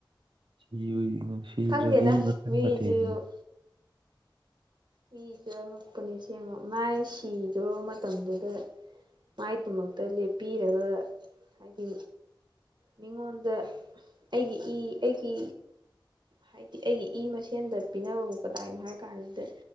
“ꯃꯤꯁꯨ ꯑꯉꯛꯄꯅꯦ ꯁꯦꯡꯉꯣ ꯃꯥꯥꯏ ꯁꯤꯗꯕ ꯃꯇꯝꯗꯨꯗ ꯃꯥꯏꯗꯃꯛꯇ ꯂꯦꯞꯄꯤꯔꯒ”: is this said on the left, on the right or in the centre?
Right